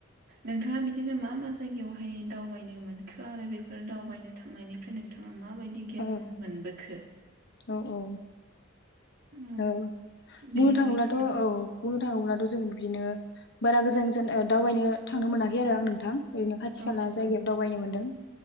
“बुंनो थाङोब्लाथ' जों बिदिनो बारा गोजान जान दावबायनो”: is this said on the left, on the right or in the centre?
Left